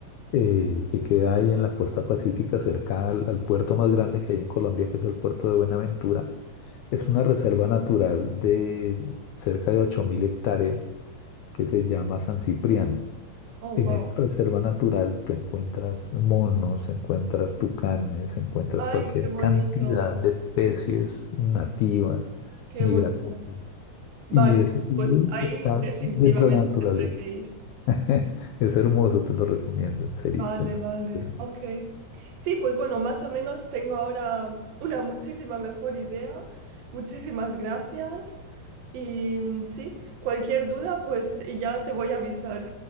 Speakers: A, on the left (about 75°); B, on the right (about 75°).
A: eh, que queda ahí en la costa pacífica, cerca al, al puerto más grande que hay en Colombia, que es el puerto de Buenaventura. Es una reserva natural de cerca de 8.000 hectáreas que se llama San Cipriano.
B: Oh,
A: En
B: wow.
A: esta reserva natural tú encuentras monos, encuentras tucanes, encuentras
B: Ay,
A: cualquier
B: qué bonito,
A: cantidad de especies nativas,
B: qué
A: migratorias.
B: bonito. Vale,
A: Y eso sí
B: pues ahí
A: es estar
B: definitivamente
A: dentro de la naturaleza.
B: tendré que ir.
A: <laughs> Es hermoso, te lo recomiendo, en serio.
B: Vale,
A: Es
B: vale,
A: hermoso.
B: ok. Sí, pues bueno, más o menos tengo ahora una muchísima mejor idea. Muchísimas gracias. Y mm, sí, cualquier duda, pues y ya te voy a avisar.